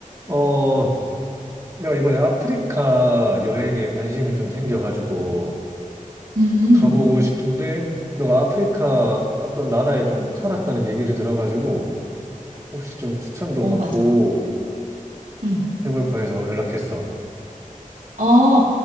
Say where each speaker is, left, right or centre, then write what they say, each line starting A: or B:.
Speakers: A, on the right; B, on the right.
A: 어, 내가 이번에 아프리카 여행에 관심이 좀 생겨가지고
B: 음,
A: 가보고 싶은데, 너가 아프리카 어떤 나라에 좀 살았다는 얘기를 들어가지고, 혹시 좀 추천도
B: 어,
A: 받고
B: 맞아. 음.
A: 해볼까 해서 연락했어.
B: 어,